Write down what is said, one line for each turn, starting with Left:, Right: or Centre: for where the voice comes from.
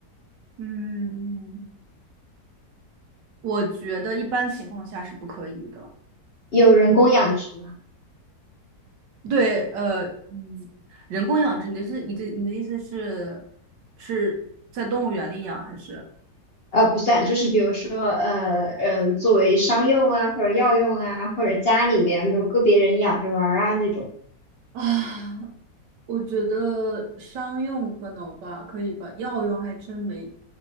Right: 嗯，我觉得一般情况下是不可以的，
Left: 有人工养殖吗？
Right: 对，呃，嗯，人工养殖，你的是你的你的意思是是在动物园里养还是？
Left: 呃，不算，就是比如说，呃，嗯、作为商用啊，或者药用啊，或者家里面有个别人养着玩儿啊那种。
Right: 啊，我觉得商用可能吧，可以吧，药用还真没